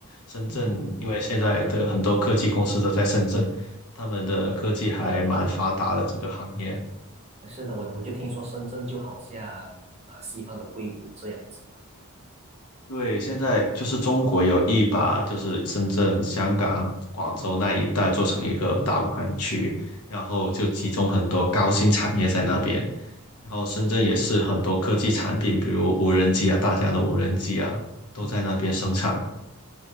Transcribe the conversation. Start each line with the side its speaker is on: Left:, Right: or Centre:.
Left: 深圳因为现在的很多科技公司都在深圳，
Right: 嗯
Left: 他们的科技还蛮发达的这个行业。
Right: 是的，我我就听说深圳就好像啊西方的硅谷这样子嘛。
Left: 对，现在就是中国有意把就是深圳、香港、广州那一带做成一个大武汉区，然后就集中很多高新产业在那边。然后深圳也是很多科技产品，比如无人机啊，大疆的无人机啊，都在那边生产。
Right: 嗯。